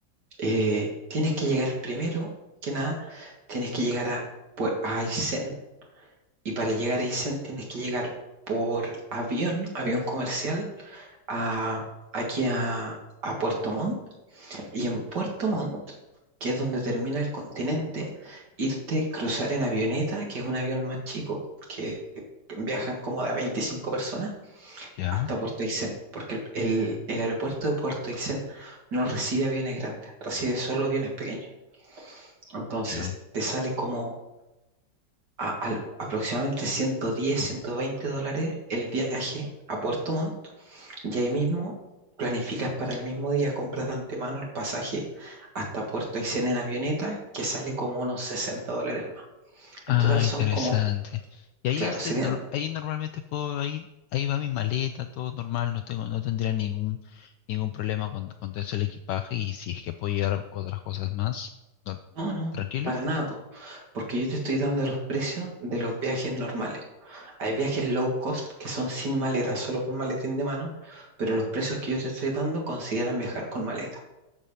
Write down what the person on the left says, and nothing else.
ya,
ya.
Ah,
interesante.
Y ahí
este,
nor- ahí normalmente puedo ir, ahí va mi maleta, todo normal, no tengo, no tendría ningún, ningún problema con, con todo eso el equipaje y si es que puedo llevar otras cosas más, no-
tranquilo.